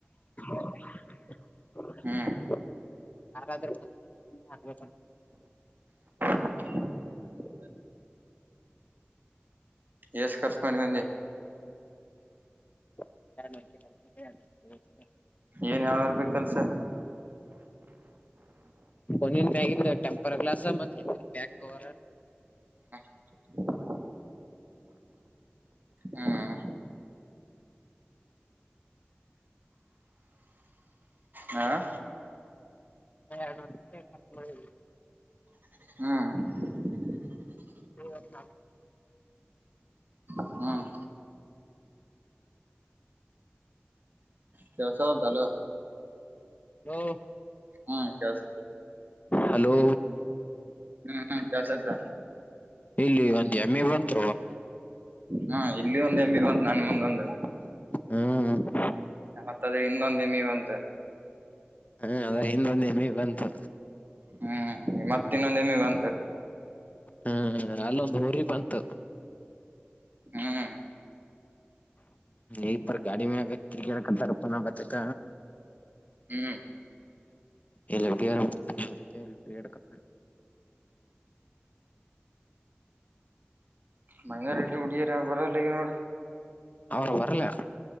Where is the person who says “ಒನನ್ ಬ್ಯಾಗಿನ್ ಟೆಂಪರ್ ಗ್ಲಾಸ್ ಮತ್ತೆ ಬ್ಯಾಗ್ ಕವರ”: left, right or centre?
Left